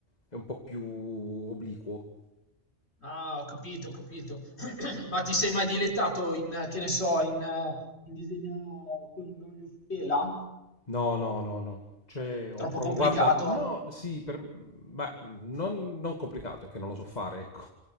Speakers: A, on the left; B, on the left.
A: È un po' più obliquo.
B: Ah, ho capito, ho capito. Ma ti sei mai dilettato in, che ne so, in, eh, in disegno con l'olio su tela?
A: No, no, no, no. Cioè, ho
B: Troppo
A: provato,
B: complicato?
A: guarda, no, sì, per... ma non, non complicato, è che non lo so fare, ecco.